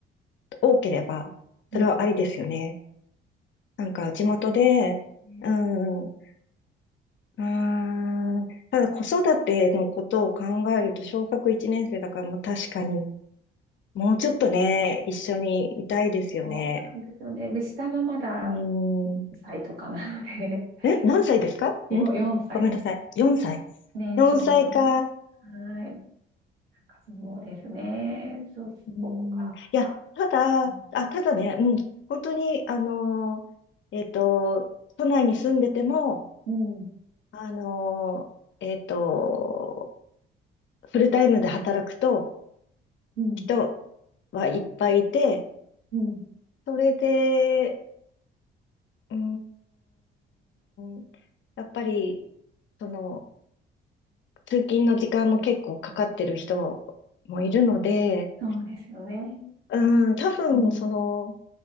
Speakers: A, on the left; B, on the right.
A: 多ければ、
B: うん、
A: それはありですよね。なんか、地元で、
B: そうですね。
A: うん、うーん、ただ子育てのことを考えると、小学1年生だから、もう確かに、もうちょっとね、一緒にいたいですよね。
B: そうなんですよね。で、下がまだ4歳とかなので、
A: うーん、え、何歳ですかんごめんなさい。
B: <laughs> よ、4歳です。
A: 4歳。
B: 年少さんです。
A: 4歳か。
B: はい。なんかそうですね。ちょっとここからはさ、
A: うん、いや、ただ、
B: うん、
A: あ、ただね、うん、本当に、あのー、えっと、都内に住んでても、
B: うん、
A: あのー、えっと、フルタイムで働くと、
B: うん、
A: 人はいっぱいいて、
B: うん
A: それで、うーん、やっぱり、その、通勤の時間も結構かかってる人もいるので、
B: そうですよね。
A: うん、多分、
B: うん、
A: その、